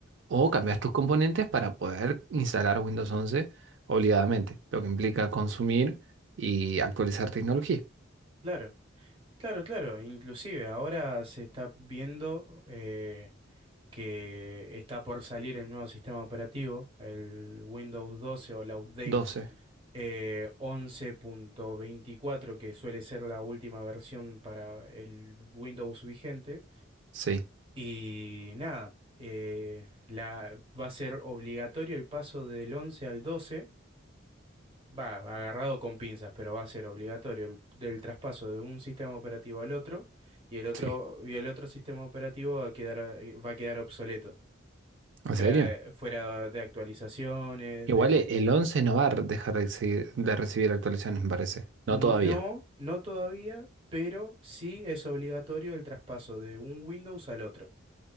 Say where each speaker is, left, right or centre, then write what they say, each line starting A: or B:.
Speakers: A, on the right; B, on the right.
A: o cambias tus componentes para poder instalar Windows 11 obligadamente, lo que implica consumir y actualizar tecnología.
B: Claro, claro, claro. Inclusive ahora se está viendo eh, que está por salir el nuevo sistema operativo, el Windows 12 o la update
A: doce
B: eh, once punto veinticuatro que suele ser la última versión para el Windows vigente.
A: Sí,
B: Y nada, eh, la, va a ser obligatorio el paso del 11 al doce Va, agarrado con pinzas, pero va a ser obligatorio el, del traspaso de un sistema operativo al otro y el otro,
A: sí.
B: y el otro sistema operativo va a quedar, eh, va a quedar obsoleto.
A: ¿En
B: Fuera,
A: serio?
B: fuera de actualizaciones,
A: Igual
B: de
A: e- el 11 no va a dejar de, exi- de recibir actualizaciones, me parece.
B: No,
A: No todavía.
B: no todavía, pero sí es obligatorio el traspaso de un Windows al otro.